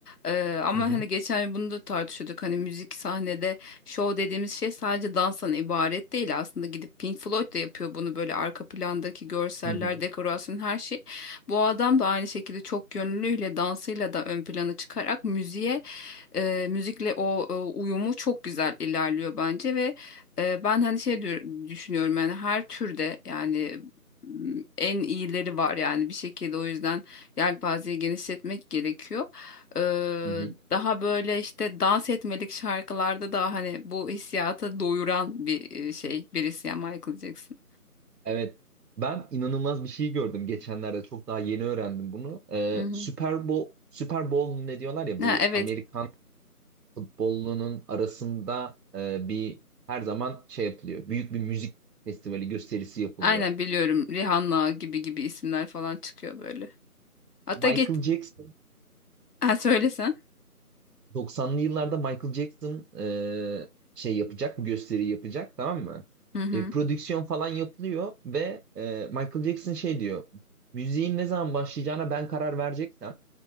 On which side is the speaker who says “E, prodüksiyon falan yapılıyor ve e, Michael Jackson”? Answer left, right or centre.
Right